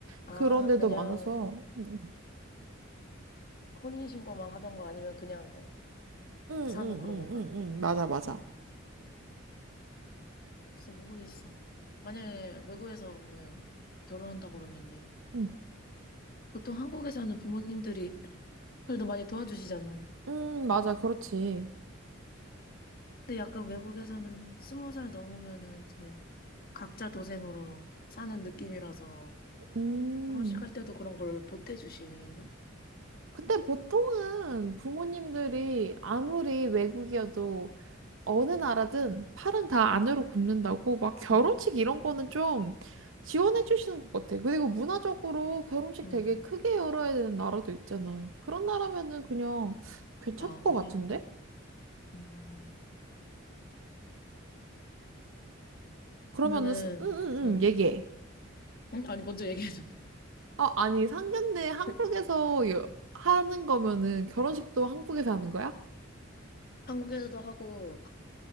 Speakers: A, on the left; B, on the right.
A: 아
B: 그런 데도
A: 그냥
B: 많아서. 응,
A: 혼인신고만 하던 거 아니면 그냥
B: 응, 응,
A: 사는 그런
B: 응,
A: 건가?
B: 응, 응. 응. 맞아, 맞아.
A: 음, 진짜 모르겠어. 만약에 외국에서 그러면 결혼한다 그러면은
B: 응,
A: 보통 한국에서는 부모님들이 그래도 많이 도와주시잖아.
B: 응, 맞아, 그렇지.
A: 근데 약간 외국에서는 스무 살 넘으면은 이제 각자 도생으로 사는 느낌이라서
B: 음.
A: 결혼식 할 때도 그런 걸 보태주시나?
B: 근데 보통은 부모님들이 아무리 외국이어도 어느 나라든 팔은 다 안으로 굽는다고 막 결혼식
A: 음.
B: 이런 거는 좀 지원해 주시는 것 같아. 그리고 문화적으로 결혼식
A: 응.
B: 되게 크게 열어야 되는 나라도 있잖아. 그런 나라면은 그냥 괜찮을
A: 아,
B: 것
A: 그래.
B: 같은데?
A: 음.
B: 그러면은
A: 그러면은,
B: 응응응
A: 응.
B: 얘기해.
A: 응? 아니, 먼저 얘기해도 돼.
B: 아 아니 상견례 한국에서
A: <laughs>
B: 여- 하는 거면은 결혼식도 한국에서 하는 거야?
A: 한국에서도 하고,